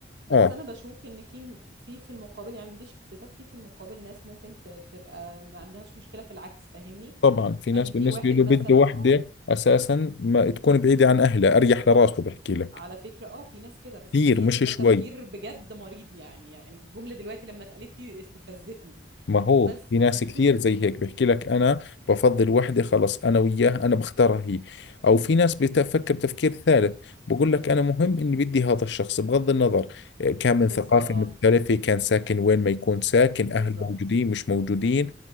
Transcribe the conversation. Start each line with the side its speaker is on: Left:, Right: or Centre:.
Right: بس
Left: اه
Right: أنا بشوف إن في في في المقابل يعني دي شخصيتك في في المقابل ناس ممكن ت- تبقى ما عندهاش مشكلة في العكس فاهمني
Left: طبعا في
Right: يعني
Left: ناس بالنسبة
Right: في واحد
Left: له
Right: مثلا
Left: بده وحدة
Right: اه
Left: اساسا ما تكون بعيدة عن اهلها اريح لراسه بحكي لك
Right: على فكرة اه في ناس كده بس
Left: كثير
Right: دي
Left: مش
Right: ده
Left: شوي
Right: تفكير بجد مريض يعني يعني الجملة دلوقتي لما اتقالت لي استفزتني
Left: ما هو
Right: بس
Left: في ناس
Right: <laughs>
Left: كثير زي هيك بيحكي لك انا بفضل وحده خلص انا وياها انا بختارها هي او في ناس بتفكر تفكير ثالث بقول لك انا مهم اني بدي هذا الشخص بغض النظر إيه، كان من
Right: بالظبط
Left: ثقافة مختلفة كان ساكن وين ما يكون ساكن
Right: بالظبط
Left: اهل موجودين مش موجودين